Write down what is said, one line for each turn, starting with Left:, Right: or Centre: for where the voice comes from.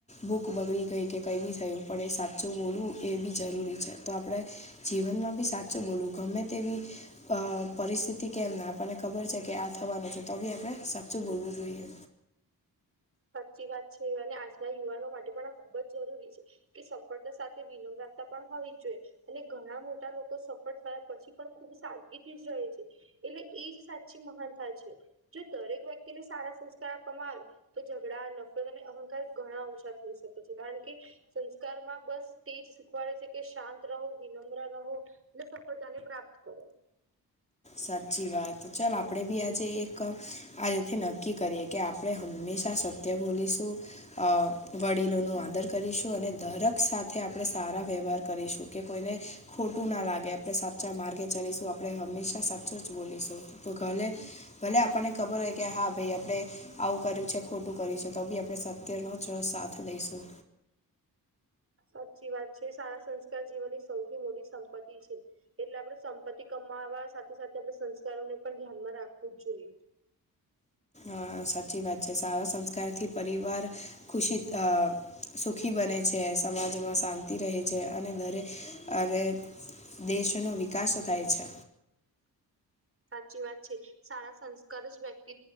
Left: બુક બગડી ગઈ કે કઈ બી થયું પડે સાચું બોલવું એ બી જરૂરી છે તો આપણે જીવનમાં બી સાચ બોલું ગમે તેવી પરિસ્થિતિ કેમ ના આપણને ખબર છે કે આ થવાનું છે તો આપણે સાચુ બોલવું જોઈએ
Right: સાચી વાત છે અને આજના યુવાનો માટે પણ આ ખુબ જ જરૂરી છે કે સફળતા સાથે વિનમ રાખતા પણ હોવી જ જોઈએ અને ઘણા મોટા લોકો સફળ થયા પછી પણ ખુબ સાદગી થી જ જ રહે છે એટલે એજ સાચી મહાનતા છે જો દરેક વ્યક્તિને સારા સંસ્કાર આપવામાં આવે તો ઝઘડા નફરત અને અહંકાર ઘણા ઓછા થઈ શકે છે કારણ કે સંસ્કારમાં બસ તેજ શીખવાડે છે કે શાંત રહો વિનમ્ર રહો અને સફળતા ને પ્રાપ્ત કરો
Left: સાચી વાત તો ચાલ આપણે બી આજે એક આજથી નક્કી કરીએ કે આપણે હંમેશા સત્ય બોલીશું અ વડીલો ન આદર કરીશું અને દરક સાથે આપણે સારા વ્યવહાર કરીશું કે કોઈને ખોટું ના લાગે આપણે સાચા માર્ગે ચલીશું આપણે હંમેશા સાચું જ બોલીશું તો ઘલે ભલે આપણને ખબર હોય કે હા ભાઈ આપણે આવું કર્યું છે ખોટું કર્યું છે તો બી આપે તેનો છ સાથ દઈશું
Right: સાચી વાત છે સારા સંસ્કાર જીવનની સૌથી મોટી સંપત્તિ છે એટલે આપણે સંપત્તિ કમાવા સાથે સાથે આપ સંસ્કારોને પણ ધ્યાનમાં રાખવું જ જોઈએ
Left: અ સાચી વાત છે સારા સંસ્કારથી પરિવાર ખુશી સુખી બને છે સમાજમાં શાંતિ રહે છે અને દરેક અને દેશનો વિકાસ થાય છે
Right: સાચી વાત છે સારા સંસ્કાર જ વ્યક્તિ